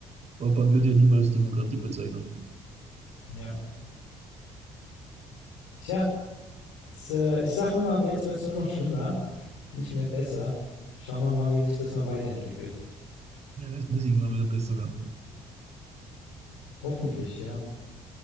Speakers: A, on the right; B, on the left.
A: Orban würde ja nicht mehr als Demokratie bezeichnen.
B: Ja, tja, es, äh, ich sage immer, ab jetzt wird es nur noch schlimmer, nicht mehr besser. Schauen wir mal, wie sich das noch weiterentwickelt.
A: Ja, es muss irgendwann wieder besser werden.
B: Hoffentlich, ja.